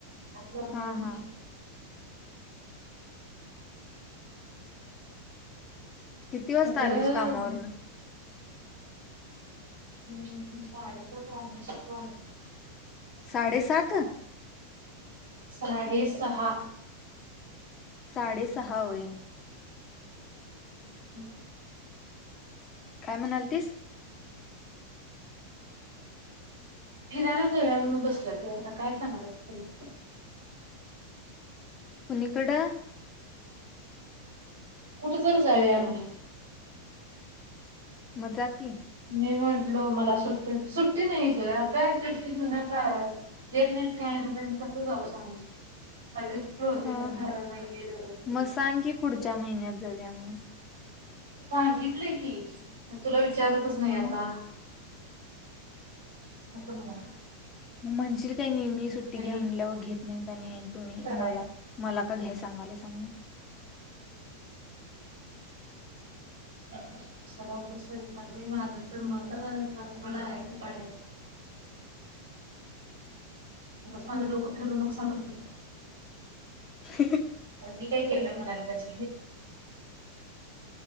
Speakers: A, on the right (about 65°); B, on the left (about 25°).
A: अ <unintelligible>
B: हा हा किती वाजता
A: अगं
B: आलीस कामावरन?
A: <unintelligible>
B: साडे सात?
A: साडेे सहा.
B: साडे सहा होय.
A: हम्म
B: <inaudible> काय म्हणालतीस.
A: <inaudible>
B: कोणीकड.
A: कुठं तर जावूया म्हणून.
B: मजा की.
A: मी म्हंटलो मला सुट्टी सुट्टी नाही ग काय सु्टी ना काय. <inaudible> दट <inaudible> नट काय आहे ना तस जाऊ सांग अ <inaudible> रोज
B: हा
A: <inaudible> सारा
B: हा.
A: नाही आहे र
B: मग सांग की पुढच्या महिन्यात जाऊया म्हणून.
A: सांगितले की. तुला विचारतच नाही
B: मग
A: आता. असं म्हणाले.
B: म्हणशील काही नाही मी सुट्टी
A: काही
B: घ्या म्हणल्यावर
A: एक
B: घेत नाहीत आणि तुम्ही
A: कराय
B: मला. मला का घ्याय सांगाले समून.
A: <inaudible> तला उपस आहे अग माझं तर मात कोलायच पाडे. <inaudible> मगच <inaudible> माांे लोकं फिरून नुकसान होतो
B: <inaudible> ह्
A: मी काय केलं <inaudible> आहे म्हणाला <inaudible> ज